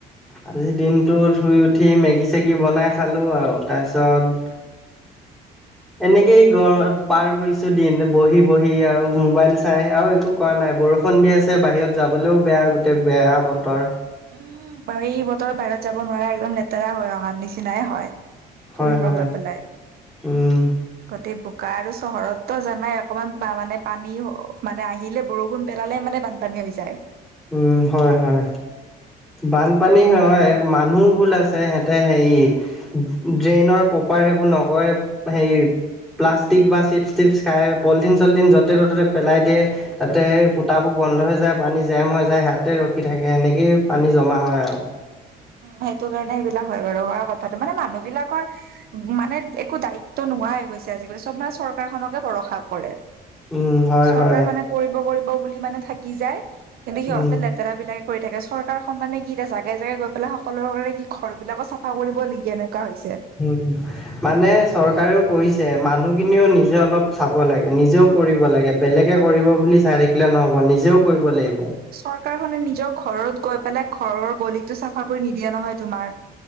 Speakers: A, in the centre; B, on the right.
A: আজিৰ দিনটোত শুই উঠি মেগী চেগী বনাই খালোঁ আৰু তাৰপিছত এনেকেই গৰ পাৰ কৰিছো দিন বহি বহি আৰু মোবাইল চাই আৰু একো কৰা নাই বৰষুণ দি আছে বাহিৰত যাবলৈও বেয়া গোটেই বেয়া বতৰ।
B: উম এই বতৰ বাহিৰত যাব নোৱাৰা একদম লেতেৰা হয় অহাৰ নিচিনাই হয়,
A: হয়
B: ফুৰিব
A: হয়
B: গৈ পেলাই।
A: উম
B: গোটেই বোকা আৰু চহৰতো জানাই অকমান মানে পানী মানে আহিলে বৰষুণ পেলালে মানে বান পানী হৈ যায়।
A: উম হয় হয়। বানপানী হয়, মানুহ ভুল আছে সিহঁতে হেৰি ড্ৰেইনৰ প্ৰপাৰ সেইবোৰ নকৰে হেৰি প্লাষ্টিক বা চিপছ চটিপছ খায় পলিথিন চলিথিন য'তে ত'তে পেলাই দিয়ে। তাতে সেই ফুটাবোৰ বন্ধ হৈ যায় পানী জাম হৈ যায় হেয়াতে ৰখি থাকে, সেনেকৈয়ে পানী জমা হয় আৰু।
B: সেইটো কাৰণে সেইবিলাক হয় বাৰু নোহোৱা নহয় বাৰু কথাটো মানে মানুহ বিলাকৰ মানে একো দায়িত্ব নোহোৱা হৈ গৈছে আজিকালি চব মানে চৰকাৰ খনকে ভৰসা কৰে।
A: উম হয়
B: চৰকাৰ
A: হয়
B: খনে কৰিব কৰিব বুলি মানে থাকি যায় কিন্তু সিহঁতে
A: উম
B: লে তেৰা বিলাকে কৰি থাকে চৰকাৰখন মানে কি এতিয়া জাগাই জাগাই গৈ পেলাই সকলৰ কাৰনে কি ঘৰ বিলাকো চাফা কৰিব নেকি এনেকুৱা হৈছে।
A: উম উম্, মানে চৰকাৰেও কৰিছে, মানুহখিনিও নিজে অলপ চাব লাগে নিজেও
B: অ',
A: কৰিব লাগে, বেলেগে কৰিব বুলি চাই থাকিলে নহ'ব নিজেও কৰিব
B: আৰু
A: লাগিব।
B: চৰকাৰখনে নিজৰ ঘৰত গৈ পেলাই ঘৰৰ গলিটো চাফা কৰি নিদিয়ে নহয় তোমাৰ।